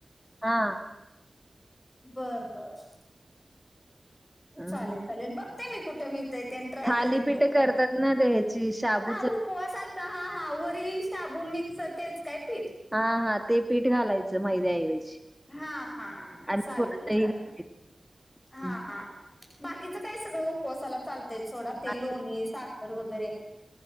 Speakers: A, in the centre; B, on the left (about 25°).
A: हा
B: बर बर.
A: अम
B: चालेल चालेल बघते मी कुठे मीळतंय तेन. ट्राय
A: थालीपीठ
B: कर तो पण
A: करतात ना ते ह्याची शाबूच
B: हा. हो असच हा हा वर शाबू मिक्स तेच काय पीठ.
A: हा हा ते पीठ घालायचं मैद्याऐवजी..
B: हा हा
A: आणि
B: चालेल
A: थोडं
B: चालेल
A: दही घालायचं
B: हा
A: हम्म
B: हा. बाकीचं काय सगळं उपवासाला चालतय सोडा ते
A: असं-
B: लोणी साखर वगैरे.